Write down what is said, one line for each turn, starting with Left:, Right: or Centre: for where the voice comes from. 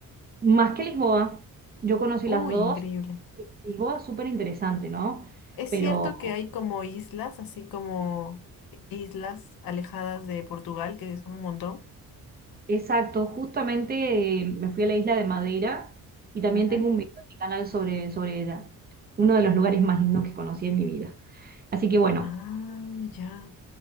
Right: Más que Lisboa, yo conocí
Left: Uy,
Right: las dos.
Left: increíble.
Right: Lisboa es súper interesante, ¿no?
Left: Es
Right: Pero
Left: cierto que hay como islas, así como islas alejadas de Portugal, que son un montón.
Right: exacto, justamente eh, me fui a la isla de Madeira y también
Left: Ujú.
Right: tengo un video en mi canal sobre, sobre ella, uno de los lugares más lindos que conocí en mi vida. Así que bueno,
Left: Ah, ya.